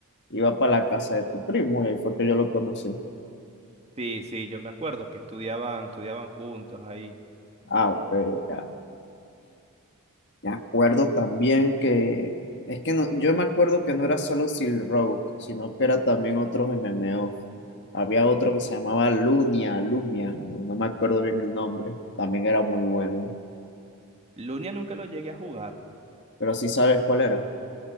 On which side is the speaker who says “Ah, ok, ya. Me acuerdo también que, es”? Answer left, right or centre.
Left